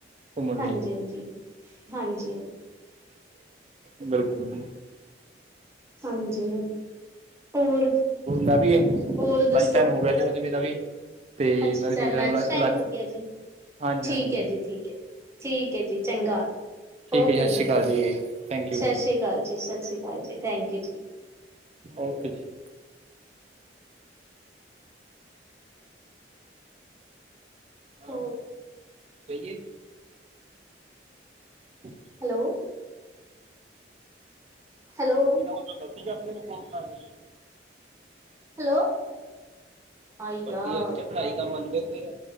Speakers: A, on the right (about 35°); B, on the right (about 15°).
A: ਘੁੰਮਣ
B: ਹਾਂਜੀ
A: ਲਈ
B: ਹਾਂਜੀ ਹਾਂਜੀ
A: ਬਿਲਕੁਲ ਜੀ
B: ਹਾਂਜੀ ਹੋਰ
A: ਮੈਂ ਵੀ
B: ਹੋਰ ਦੱਸੋ
A: ਲੰਚ ਟਾਈਮ ਹੋ ਗਿਆ ਸੀ ਵੈਸੇ ਮੇਰਾ ਵੀ ਤੇ
B: ਅੱਛਾ
A: ਮੈਂ
B: ਅੱਛਾ
A: ਵੀ ਸੋਚ ਰਿਹਾ ਲ
B: ਟਾਈਮ
A: ਲੰਚ
B: ਹੋ ਗਿਆ ਜੀ
A: ਹਾਂਜੀ
B: ਠੀਕ
A: ਹਾਂਜੀ
B: ਐ ਜੀ, ਠੀਕ ਐ ਠੀਕ ਐ ਜੀ, ਚੰਗਾ
A: ਠੀਕ
B: ਓਕੇ
A: ਹੈ ਸਤਿ
B: ਜੀ
A: ਸ਼੍ਰੀ ਅਕਾਲ ਥੈਂਕ ਯੂ
B: ਸਤਿ ਸ਼੍ਰੀ ਅਕਾਲ ਜੀ ਸਤਿ ਸ਼੍ਰੀ ਅਕਾਲ ਜੀ ਥੈਂਕ ਯੂ ਜੀ
A: ਓਕੇ ਜੀ। ਹਾਂ
B: ਹੋ
A: ਕਹੀਏ। <inaudible>
B: ਹੈਲੋ। ਹੈਲੋ।
A: ਕਆ ਓਹਨਾ ਗ਼ਲਤੀ ਕਰਤੀ ਏਨੁ ਫੋਨ ਲਾ ਕੇ।
B: ਹੈਲੋ। ਆ ਯਾਰ
A: ਵੱਡੀ ਅੱਜ ਤੇ ਪੜ੍ਹਾਈ ਤਾਂ ਮੰਨ ਦੇਦੇ ਆ।